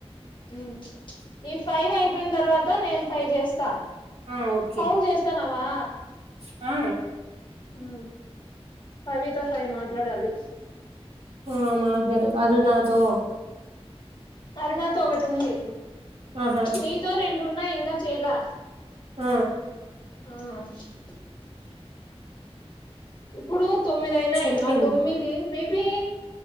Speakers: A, on the left; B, on the right.
A: ఉ ఈ ఫై వై పోయిన తర్వాత నేను ఫ్రై చేస్తా
B: ఆ ఓకే
A: కౌంట్ చేస్తానావా
B: ఆ
A: ఆ కవితో ఫవి మాట్లాడాలి
B: ఆ మాట్లాడు అరుణతో
A: అరునాత ఒకటి ఉంది
B: ఆహా
A: నీతో రెండున్న ఎంకా చేయలా
B: ఆ
A: ఆ ఇప్పుడు తొమ్మిది అయినాయి
B: సరిపోయింది
A: ఆ తొమ్మిది మేబి